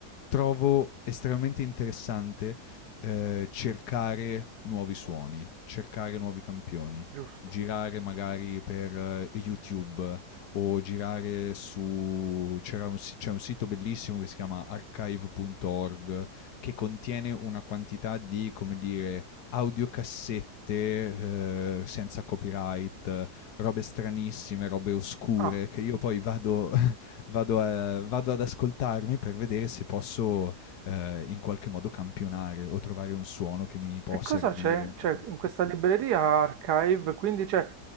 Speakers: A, on the left; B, on the right.
A: trovo estremamente interessante eh, cercare nuovi suoni, cercare nuovi campioni,
B: Giusto.
A: girare magari per eh, YouTube o girare su... c'era un si- c'è un sito bellissimo che si chiama archive.org che contiene una quantità di, come dire, audiocassette. eh, senza copyright, robe stranissime, robe oscure
B: Ah,
A: che io poi vado <laughs> vado, a- vado ad ascoltarmi per vedere se posso eh, in qualche modo campionare o trovare un suono che mi può
B: e
A: servire
B: cosa c'è?
A: in futuro.
B: C'è in questa libreria Archive, quindi c'è,